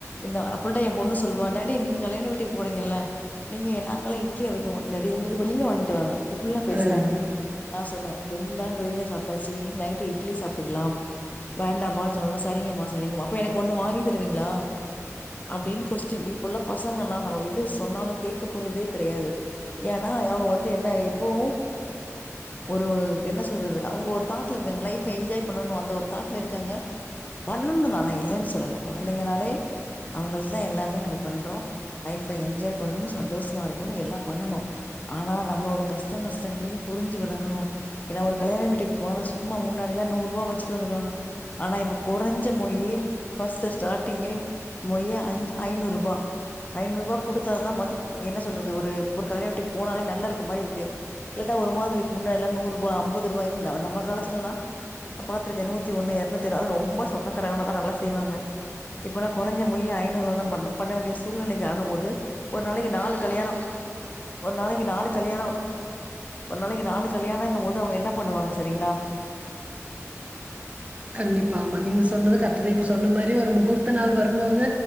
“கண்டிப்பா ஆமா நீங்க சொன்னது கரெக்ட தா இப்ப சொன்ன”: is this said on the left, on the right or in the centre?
Right